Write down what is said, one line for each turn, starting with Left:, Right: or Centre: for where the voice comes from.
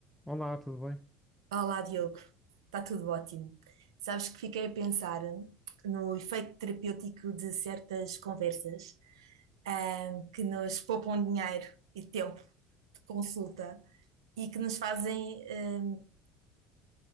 Centre: Olá, tudo bem?
Right: Olá, Diogo. Está tudo ótimo. Sabes que fiquei a pensar no efeito terapêutico de certas conversas, ahm, que nos poupam dinheiro e tempo de consulta e que nos fazem, ahm,